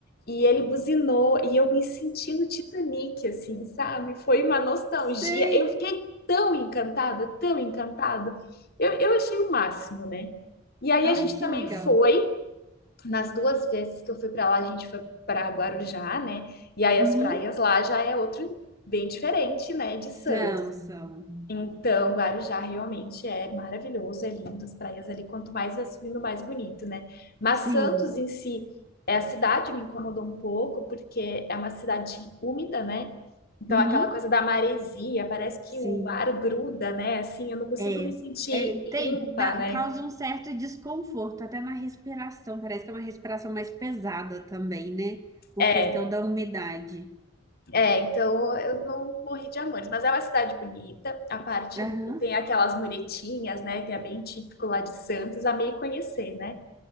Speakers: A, on the left; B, on the right.
A: e ele buzinou, e eu me senti no Titanic, assim, sabe? Foi uma nostalgia.
B: Sei.
A: Eu fiquei tão encantada, tão encantada. Eu, eu achei o máximo, né? E aí a
B: Ai,
A: gente
B: que
A: também
B: legal.
A: foi. Nas duas vezes que eu fui para lá, a gente foi para Guarujá, né? E aí as
B: Uhum.
A: praias lá já é outro bem diferente, né, de Santos.
B: São, são.
A: Então, Guarujá realmente é maravilhoso, é lindo, as praias ali, quanto mais vai subindo, mais bonito, né? Mas
B: Sim.
A: Santos em si, é, a cidade me incomodou um pouco, porque é uma cidade úmida, né? Então,
B: Uhum.
A: aquela coisa da maresia, parece
B: Sim.
A: que o ar gruda, né? Assim, eu não consigo
B: É.
A: me sentir
B: É,
A: limpa,
B: tem, dá-
A: né?
B: causa um certo desconforto, até na respiração. Parece que é uma respiração mais pesada também, né? Por
A: É,
B: questão da umidade.
A: É, então eu não morri de amores, mas é uma cidade bonita. A parte
B: Aham.
A: do. Tem aquelas muretinhas, né? Que é bem típico lá de Santos, a meio conhecer, né?